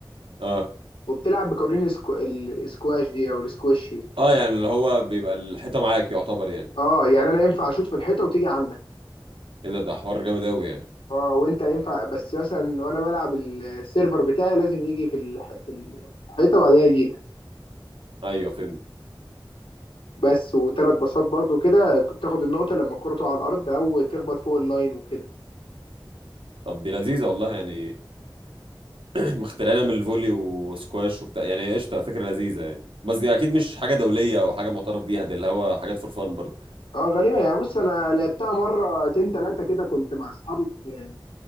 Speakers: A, on the right; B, on the left.
A: اه
B: وبتلعب بقوانين الاسكو- الاسكواش دي او الاسكواش دي
A: اه يعني اللي هو بيبقى الحيطه معاك يعتبر يعني
B: اه يعني انا ينفع اشوط في الحيطه وتيجي عندك
A: ايه ده ده حوار جامد قوي يعني
B: اه وانت ينفع بس مثلا وانا بلعب السيرفر بتاعي لازم يجي في الح... في الحيطه بعدها يجي لك
A: ايوه فهمت
B: بس وثلاث باصات برضو كده بتاخد النقطه لما الكره تقع على الارض او تخبط فوق اللاين وكده
A: طب دي لذيذه والله يعني <clears throat> مخترعينها من الفولي وسكواش وبتاع يعني قشطه فكره لذيذه يعني بس دي اكيد مش حاجه دوليه او حاجه معترف بيها دي اللي هو حاجات فور فان برضه
B: اه غالبا يعني بص انا لعبتها مرتين ثلاثه كده كنت مع اصحابي في